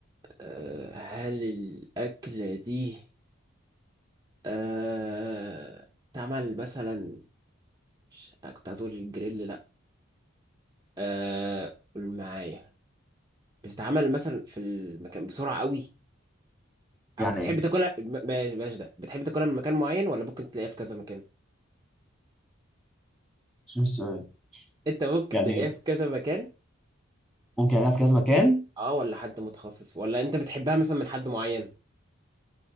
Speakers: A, on the right; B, in the centre.
A: آه هل الاكلة دي آه تعمل مثلا مش- أنا كنت هتقول الجريل لا آه قول معايا بتتعمل مثلا في المكان بسرعة قوي
B: يعني
A: او بتحب
B: إيه
A: تاكلها ب- بلاش بلاش ده بتحب تاكلها من مكان معين ولا ممكن تلاقيها في كذا مكان
B: مش فاهم السؤال
A: انت ممكن
B: يعني
A: تلاقيها
B: إيه
A: في كذا مكان
B: ممكن ألاقيها في كذا مكان
A: اه ولا حد متخصص ولا انت بتحبها مثلا من حد معين